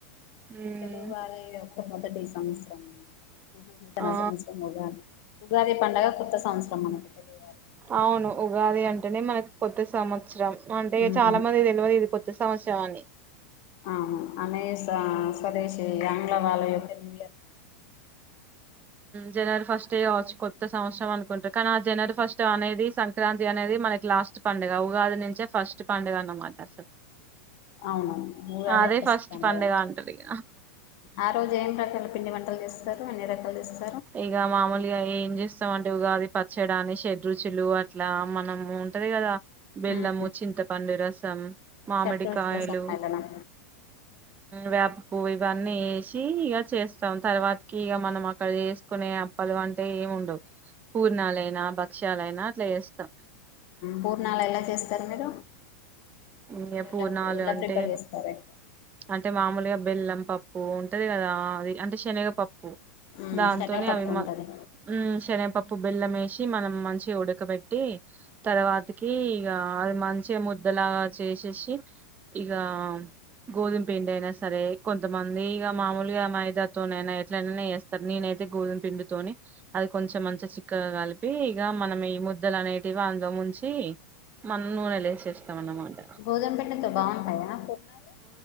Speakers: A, on the right; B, on the left.
A: ఉమ్
B: తెలుగు వాళ్ల యొక్క మొదటి సంవత్సరం అన్నమాట నూతన
A: ఆ
B: సంవత్సరం ఉగాది ఉగాది పండగ కొత్త సంవత్సరం మనకి తెలుగుారు
A: అవును ఉగాది అంటనే మనకు కొత్త సంవత్సరం అంటే
B: ఉమ్
A: చాలా మంది తెలివ ఇదికచ్చ సవత్స అని
B: ఆ అనే స్వదేశి ఆంగ్ల వాళయక్కన్ల
A: జనవరి ఫస్ట్ కావచ్చు కొత్త సంవత్సరం అనుకుంటారు కానీ ఆ జనవరి ఫస్ట్ అనేది సంక్రాంతి అనేది మనకి లాస్ట్ పండుగ ఉగాది నుంచే ఫస్ట్ పండుగ అన్నమాట అసలు
B: అవునవును ఊగా
A: ఆ,
B: అదే ప్రస్తుతంండగా
A: ఫస్ట్ పండుగ అంటారు ఇగ
B: ఆ రోజు ఏం రకాల పిండి వంట రలు చేస్తారు అన్ని రకాలు చేస్తారు
A: ఇక మామూలుగా ఏం చేస్త వంటివిగాది పచ్చడాని షడ్ రుచులు అట్లా మనం ఉంటది కదా బెల్లము
B: ఉమ్
A: చింత పండు రాస్త మ్ మామిడి
B: షడ్రుచుల
A: కాయలు
B: సమ్మేళనం
A: వేప పువ్వు ఇవన్నీ వేసి ఇక చేస్తాం తర్వాతకి ఇక మనం అక్కడ చేస్ కొనే అప్పలు అంటే ఏండవు పూర్ణాలయనా భక్ష చాలా అయినా అట్లా చేస్తాం
B: పూర్ణాలు ఎలా చేస్తారు మీరు మీ
A: ఇంకా
B: ఇంట్లో
A: పూర్ణాలు
B: ఎలా ఎలా
A: అంటే
B: ప్రిపేర్ చేస్తారు ఎక్కువ
A: అంటే మామూలుగా బెల్లం పప్పు ఉంటది కదా అది అంటే శనగ పప్పు
B: ఉమ్
A: దాంతోనే
B: శనగపప్పు
A: అభిమా
B: ఉంటది
A: ఊ శనపప్పు బెల్లమే మన మంచి ఉడకబట్టి తర్వాతకి ఇగ అది మంచిగ ముద్దలాగ చేసేసి ఇక గోధుమ పిండి అయినా సరే కొంతమంది ఇక మామూలుగా మైదాతోనైనా ఎట్లయినా వేస్తారు నేనైతే గోధుమ పిండితోని అది కొంచెం మంచిగా చిక్కగా కలిపి ఇక మనం ఈ ముద్దలు అనేటివి అందులో ముంచి మనం నూనె లేేసేస్తాం అన్నమాట
B: గోధుమ పిండితో బాగుంటాయా పూర్ణాలు